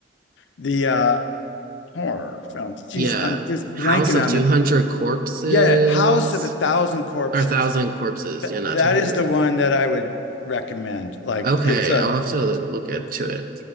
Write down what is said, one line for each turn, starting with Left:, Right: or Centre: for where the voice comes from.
Left: The uh, horror films. geez,
Right: Yeah.
Left: I'm just
Right: House
Left: blanking
Right: of
Left: on
Right: 200
Left: them.
Right: Corpses.
Left: Yeah, House of a Thousand Corpses.
Right: or thousand corpses.
Left: That
Right: Yeah, not
Left: that
Right: two hundred.
Left: is the one that I would recommend. Like
Right: Okay,
Left: it's um
Right: I'll have to look into it.